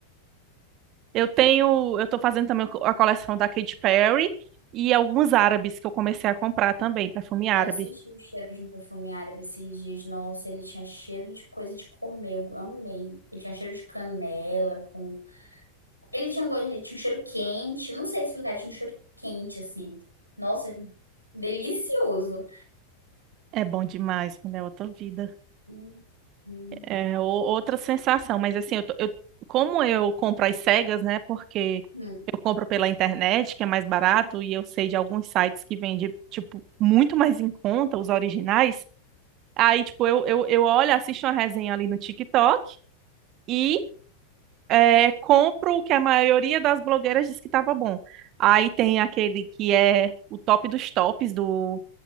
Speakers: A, on the right; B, on the right.
A: Eu tenho. Eu tô fazendo também a coleção da Katy Perry e alguns árabes que eu comecei a comprar também, perfume árabe.
B: Ah, eu senti o cheiro de um perfume árabe esses dias. Nossa, ele tinha cheiro de coisa de comer. Eu amei. Ele tinha cheiro de canela com... Ele tinha, go- ele tinha um cheiro quente. Não sei explicar, tinha um cheiro quente, assim. Nossa, delicioso.
A: É bom demais, mulher, outra vida.
B: Hum, hum.
A: É o- outra sensação. Mas assim, eu, tô- eu- como eu compro às cegas, né? Porque
B: Hum.
A: eu compro pela internet, que é mais barato, e eu sei de alguns sites que vendem, tipo, muito mais em conta, os originais. Aí, tipo, eu, eu, eu olho, assisto uma resenha ali no TikTok. e é, compro o que a maioria das blogueiras diz que estava bom. Aí tem aquele que é o top dos tops do,